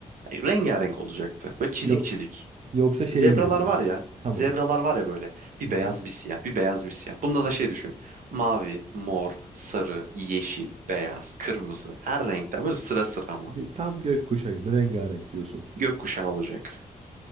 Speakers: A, on the right; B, on the right.
A: E, rengarenk olacaktı. Böyle çizik
B: Yok.
A: çizik.
B: Yoksa şey
A: Zebralar
B: gibi mi?
A: var ya.
B: Tamam.
A: Zebralar var ya böyle. Bir
B: Hı
A: beyaz
B: hı.
A: bir siyah. Bir beyaz bir siyah. Bunda da şey düşün. Mavi, mor, sarı, yeşil, beyaz, kırmızı. Her renkten böyle sıra sıra ama.
B: Bir, tam gökkuşağı gibi rengarenk diyorsun.
A: Gökkuşağı olacak.